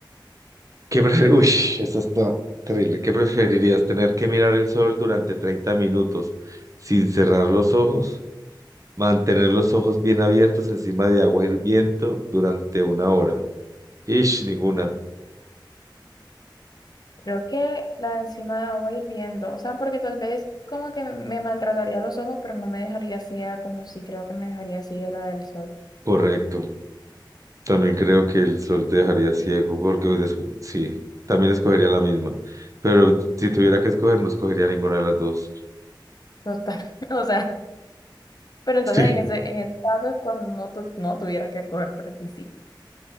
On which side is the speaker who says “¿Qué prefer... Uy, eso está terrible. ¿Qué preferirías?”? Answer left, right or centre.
Right